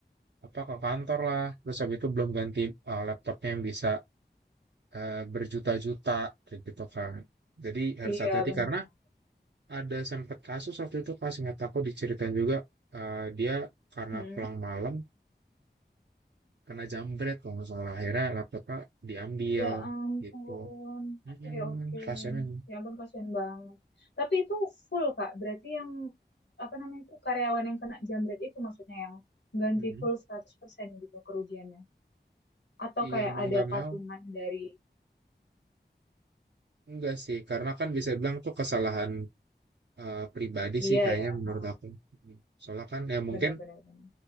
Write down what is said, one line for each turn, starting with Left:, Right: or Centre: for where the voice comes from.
Right: apa ke kantor lah, terus habis itu belum ganti eh, laptopnya yang bisa eh, berjuta-juta kayak gitu kan. Jadi harus
Left: Iya,
Right: hati-hati
Left: benar.
Right: karena Ada sempat kasus waktu itu pas ingat aku diceritain juga eh, dia karena
Left: Hmm.
Right: pulang malam kena jambret kalau nggak salah akhirnya laptopnya diambil
Left: Ya ampun.
Right: gitu. Mm-mm,
Left: Oke, oke.
Right: Pasiennya.
Left: Ya ampun, kasihan banget. Tapi itu full, Kak. Berarti yang, apa namanya itu, karyawan yang kena jambret itu maksudnya yang ganti
Right: mm-mm.
Left: full 100% gitu kerugiannya. Atau
Right: Iya
Left: kayak
Right: mau
Left: ada
Right: nggak
Left: patungan
Right: mau
Left: dari
Right: enggak sih karena kan bisa bilang tuh kesalahan eh, pribadi
Left: dia
Right: sih kayaknya
Left: ya.
Right: menurut
Left: Ha,
Right: aku. Mm. Soalnya kan ya mungkin
Left: Benar, benar, benar.